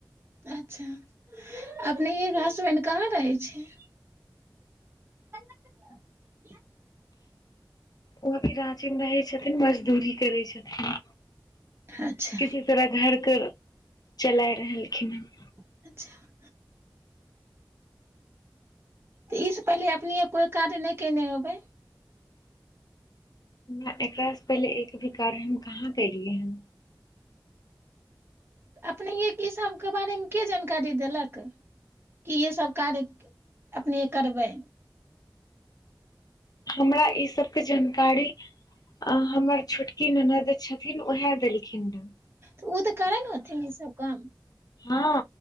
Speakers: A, on the right; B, on the left.
A: अच्छा अपने हसबैंड कहाँ रहै छी <unintelligible>
B: ओ अभी रचीमे रहै छथिन न मजदूरी करै छथिन
A: अच्छा
B: किसी तरह घरके चलाय रहलखिन हँ
A: अचछा तऽ ईसँ पहिले अपने कोइ काज नहि कयने होबै
B: नहि एकरासँ पहिले एक भी कार्य हम कहाँ कलियै हन
A: अपनेएके इसभके बारेमे के जानकारी देलक कि इसभ कार्य अपने करबै
B: हमरा ई सबके जानकारी हमर छोटकी ननद छथिन उएह देलखिन रहे
A: ऽ ओ तऽ करै नेथि सब काम
B: हँ